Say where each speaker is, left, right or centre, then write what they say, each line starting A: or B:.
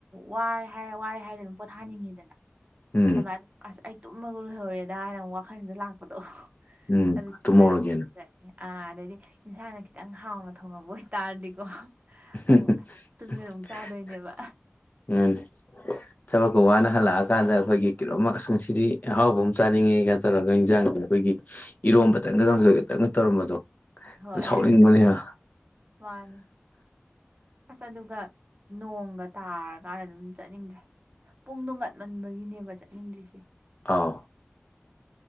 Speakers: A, on the right; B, on the left.
A: ꯋꯥꯔꯦ ꯍꯥꯏꯔꯦ ꯋꯥꯔꯦ ꯍꯥꯏꯔꯦ ꯑꯗꯨꯝ ꯄꯣꯊꯥꯅꯤꯡꯉꯤꯗꯅ
B: ꯎꯝ
A: ꯑꯗꯨꯃꯥꯏ ꯑꯁ ꯑꯩ ꯇꯨꯝꯃꯒ ꯂꯣꯏꯍꯧꯔꯦꯗꯥ ꯍꯥꯏꯅ ꯑꯃꯨꯛ ꯋꯥꯈꯜꯗ ꯂꯥꯛꯄꯗꯣ
B: ꯎꯝ
A: <unintelligible>
B: ꯇꯨꯝꯍꯧꯔꯒꯦꯅ
A: ꯑꯥ ꯑꯗꯩꯗꯤ ꯏꯟꯁꯥꯡꯅ ꯈꯤꯇꯪ ꯍꯥꯎꯅ ꯊꯣꯡꯉꯝꯕ ꯑꯣꯏꯇꯥꯔꯗꯤꯀꯣ
B: <unintelligible>
A: ꯑꯃꯨꯛ ꯑꯁ ꯇꯨꯝꯅꯤꯡꯉꯒ ꯑꯃꯨꯛ ꯆꯥꯗꯣꯏꯅꯦꯕ
B: <unintelligible> ꯊꯕꯛꯀ ꯋꯥꯅ ꯍꯜꯂꯛꯑꯀꯥꯟꯗ ꯑꯩꯈꯣꯏꯒꯤ ꯀꯩꯅꯣꯝꯃꯛ ꯑꯁ ꯉꯁꯤꯗꯤ ꯑꯦ ꯑꯍꯥꯎꯕ ꯑꯃ ꯆꯥꯅꯤꯡꯉꯤ ꯀꯥꯏꯅ ꯇꯧꯔꯒ ꯏꯟꯖꯥꯡꯁꯦ ꯑꯩꯈꯣꯏꯒꯤ ꯏꯔꯣꯝ ꯈꯇꯪꯒ ꯀꯥꯡꯁꯣꯏ ꯈꯥꯛꯇꯪꯒ ꯇꯧꯔꯝꯕꯗꯣ
A: ꯍꯣꯏ
B: ꯁꯥꯎꯅꯤꯡꯕꯅꯤ ꯍꯥ
A: ꯃꯥꯅꯦ ꯑꯁ ꯑꯗꯨꯒ ꯅꯣꯡꯒ ꯇꯥꯔꯀꯥꯟꯗ ꯑꯗꯨꯝ ꯆꯠꯅꯤꯡꯗ꯭ꯔꯦ, ꯄꯨꯡꯗꯣ ꯉꯟꯃꯟꯕꯒꯤꯅꯦꯕ ꯆꯠꯅꯤꯡꯗ꯭ꯔꯤꯁꯦ꯫
B: ꯑꯥꯎ